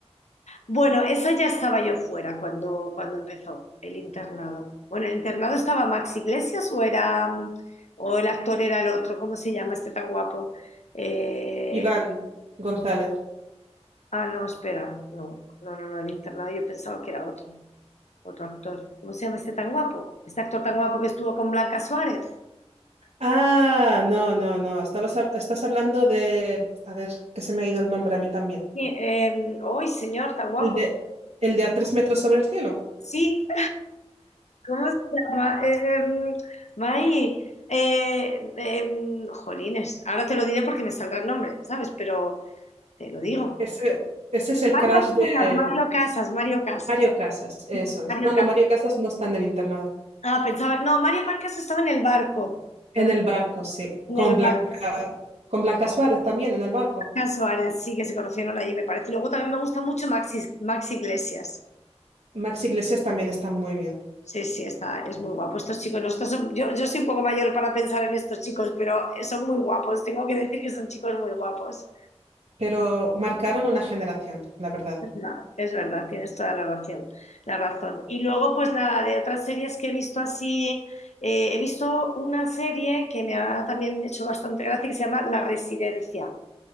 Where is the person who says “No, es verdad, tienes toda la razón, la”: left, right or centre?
Left